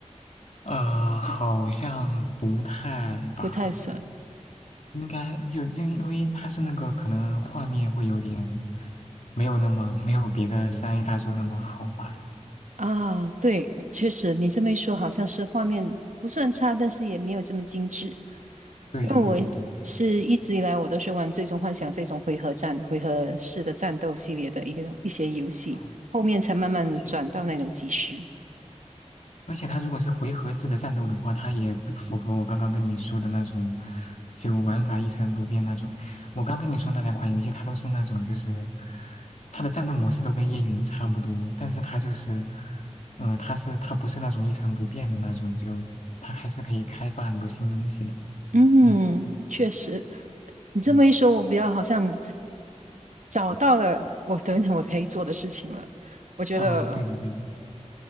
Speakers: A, on the left; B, on the right.
A: 呃，好像不太吧，
B: 不太算
A: 应该就因为因为它是那个可能画面会有点没有那么没有别的三 A 大作那么好吧。
B: 啊。对，确实你这么一说，好像是画面不算差，但是也没有这么精致。
A: 对对对对对，
B: 因为我是一直以来我都是玩《最终幻想》这种回合战、回合式的战斗系列的一个种一些游戏，
A: 嗯，
B: 后面才慢慢转到那种即时。
A: 而且。而且它如果是回合制的战斗的话，它也不符合我刚刚跟你说的那种，就玩法一成不变那种。我刚跟你说那两款游戏，它都是那种就是，它的战斗模式都跟叶云差不多，但是它就是，呃，它是它不是那种一成不变的那种，就它还是可以开发很多新东西的。
B: 嗯，
A: 嗯
B: 确实，你这么一说，
A: 嗯
B: 我比较好像找到了我等一等我可以做的事情了。我觉得，
A: 啊，对的对的，